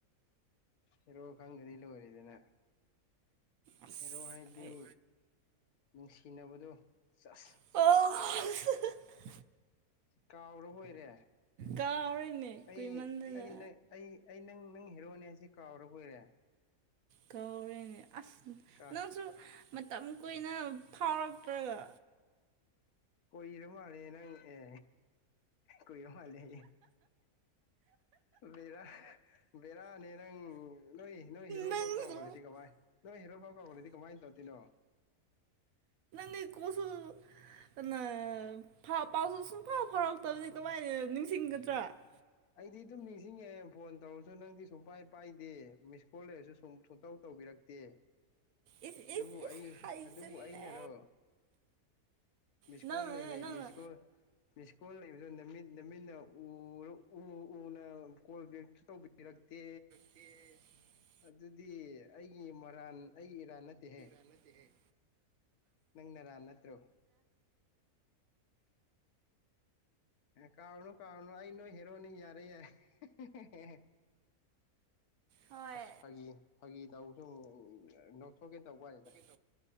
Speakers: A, on the left; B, on the right.
A: ꯍꯦꯔꯣ ꯈꯪꯗꯗꯤ ꯂꯣꯏꯔꯤꯗꯅ
B: ꯑꯁ
A: ꯍꯔꯣ ꯍꯥꯏꯗꯤ
B: ꯑꯩ
A: ꯅꯨꯡꯁꯤꯅꯕꯗꯣ ꯆꯁ
B: ꯑꯣ
A: ꯀꯥꯎꯔꯣ ꯍꯣꯏꯔꯦ
B: ꯀꯥꯎꯔꯦꯅꯦ
A: ꯑꯩꯪ
B: ꯀꯨꯏꯃꯟꯗꯅ
A: ꯑꯩ ꯅꯪ ꯅꯪ ꯍꯦꯔꯣꯅꯦ ꯍꯥꯏꯁꯦ ꯀꯥꯎꯔꯕꯔꯕ ꯑꯣꯏꯔꯦ
B: ꯀꯧꯔꯦꯅꯦ ꯑꯁ
A: ꯀꯥ
B: ꯅꯪꯁꯨ ꯃꯇꯝ ꯀꯨꯏꯅ ꯐꯥꯎꯔꯛꯇ꯭ꯔꯒ
A: ꯀꯣꯏꯔ ꯃꯥꯜꯂꯦ ꯅꯪ ꯑꯦ ꯀꯏ ꯃꯥꯂꯦ ꯃꯦꯗꯥ ꯕꯦꯔꯥꯅꯦ ꯅꯪ ꯅꯣꯏ ꯅꯣꯏ ꯍꯤꯔꯣ
B: ꯅꯪꯁꯨ
A: ꯐꯥꯎ ꯀꯥꯎꯒꯣꯂꯗꯤ ꯀꯚꯏ ꯅꯣꯏ ꯍꯔꯣ ꯍꯣꯒꯂꯣꯗꯤ ꯀꯃꯥꯏ ꯇꯧꯗꯤꯅꯣ
B: ꯐ ꯐ ꯆꯤꯡꯒꯗ꯭ꯔꯥ
A: ꯑꯩꯗꯤ ꯑꯗꯨꯝ ꯅꯤꯡꯁꯤꯡꯉꯦ ꯐꯣꯟ ꯇꯧꯔꯁꯨ ꯅꯪꯗꯤ ꯁꯨꯡ ꯄꯥꯏ ꯄꯥꯏꯗꯦ ꯃꯤꯁ ꯀꯣꯜ ꯂꯩꯔꯁꯨ ꯁꯨꯝ ꯇꯧ ꯇꯧꯕꯤꯔꯛꯇꯦ
B: ꯏꯁ
A: ꯑꯗꯨꯕꯨ
B: ꯏꯁ ꯏꯁ
A: ꯑꯩ
B: ꯍꯥꯏꯖꯤꯜꯂꯦ
A: ꯑꯗꯨꯕꯨ ꯑꯩꯅꯔꯣ ꯃꯤꯁꯀꯣꯜ
B: ꯅꯪꯅꯅꯦ
A: ꯂꯩ ꯂꯩ
B: ꯅꯪꯅ
A: ꯃꯤꯁꯀꯜ ꯃꯤꯁꯀꯣꯜ ꯂꯩꯕꯗꯣ ꯅꯨꯃꯤꯠ ꯅꯨꯃꯤꯠꯅ ꯎ ꯅ ꯀꯣꯜ ꯕꯦꯛꯁꯨ ꯇꯧꯕꯤꯔꯛꯇꯦ
B: ꯀ
A: ꯑꯗꯨꯗꯤ ꯑꯩꯒꯤ ꯃꯔꯥꯟ ꯑꯩꯒꯤ ꯏꯔꯥꯟ ꯅꯠꯇꯦꯍꯦ
B: ꯆꯗꯦ
A: ꯅꯪꯅꯔꯥ ꯅꯠꯇ꯭ꯔꯣ ꯀꯅ ꯀꯥꯔꯅ ꯑꯩ ꯅꯣꯏ ꯍꯦꯔꯣꯅꯤ ꯌꯥꯔꯦ ꯌꯥꯔꯦ
B: ꯍꯣꯏ
A: ꯑꯁ ꯐꯥꯒꯤ ꯐꯥꯒꯤ ꯇꯧꯕ ꯁ ꯅ ꯂꯧꯊꯣꯛꯀꯦ ꯇꯧꯕꯅꯤꯗ
B: ꯇ